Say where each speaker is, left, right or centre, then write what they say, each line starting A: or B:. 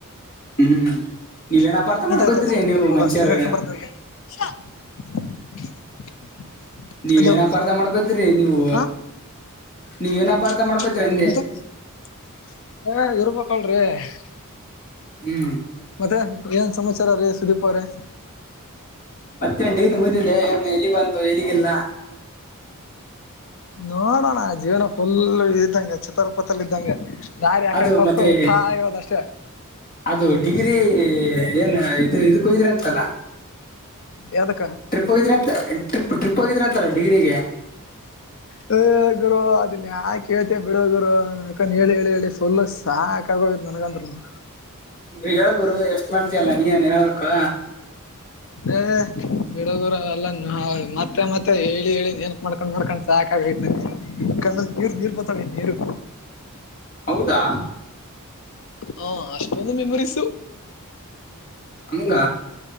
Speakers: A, on the left; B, on the left.
A: ಹ್ಮ್ ನೀವೇನ್
B: <unintelligible>
A: ಅಪಾರ್ಥ ಮಾಡ್ಕೋತೀರಿ ನೀವು ಮನುಷ್ಯರು ನೀವೇನ್
B: ಹಲೋ
A: ಅಪಾರ್ಥ ಮಾಡ್ಕೋದ್ರಿ ನೀವು
B: ಹಾ
A: ನೀವ ಏನ
B: ಇಲ್ಲ
A: ಅಪಾರ್ಥ ಮಾಡ್ಕೋದ್ರಿ ಅಂದೆ
B: ಎಂತ <unintelligible>
A: ಹ್ಮ್
B: ಮತ್ತೆ ಏನ್ ಸಮಾಚಾರ ರೀ ಸುದೀಪ ಅವ್ರೇ
A: ಮತ್ತೆ ನಿ ಮುದಿದೆ ಏ ಎಲ್ಲಿ ಬಂದು ಎಲಿಗಿಲ್ಲ
B: ನೋಡೋಣ ಜೀವನ ಫುಲ್ಲ ಇದ್ದಂಗ ಚಿತ್ರರಪತ್ರಲ್ಲಿ ಇದ್ದಂಗ ದಾರಿ ಆಕಡೆ
A: ಅದು
B: ತೋರ್ಸೋ
A: ಮತ್ತೆ
B: ತಾ ಇರೋದಷ್ಟೇ
A: ಅದು ಡಿಗ್ರಿ ಏನ್ ಇದು ಇದಕ್ಕಯ್ದ್ರ ಅಂತಲ್ಲ
B: ಯದಕ
A: ಟ್ರಿಪ್ ಹೋಗಿದ್ರ ಅಂತ ಟ್ರಿಪ್ ಟ್ರಿಪ್ ಹೋಗಿದ್ರ ಅಂತಲ್ಲ ಡಿಗ್ರಿಗೆ
B: ಹ ಗುರು ಅದನ್ಯ ಕೇಳ್ತೆ ಬಿಡ ಗುರು ಅಕನ್ ಹೇಳಿ ಹೇಳಿ ಹೇಳಿ ಫುಲ್ ಸಾಕಗೋಗಿದ್ ನನ್ಗಂದ್ರನು
A: ಹೇಳೇಳ್ಬುರು ಎಷ್ಟ್ ಮಾಡ್ತಯಲ್ಲ ನೀಏನ್ ಹೇಳೇಕ
B: ಏ ಬಿಡೋ ದೂರ ಅಲ್ಲ ಮತ್ತೆ ಮತ್ತೆ ಹೇಳಿ ಹೇಳಿ ಏನ್ಕ್ ಮಾಡ್ಕೊಂಡ್ ಮಾಡ್ಕೊಂಡ್ ಸಾಕಾಗೈು ಮ ಕಣ ನೀರು ನೀರ್ ಬರ್ತಾವ ನೀರು
A: <unintelligible> ಹೌದಾ
B: ಹಾ ಅಷ್ಟೊಂದು ಮೆಮರೀಸು
A: ಆಮಿಲ್ಲ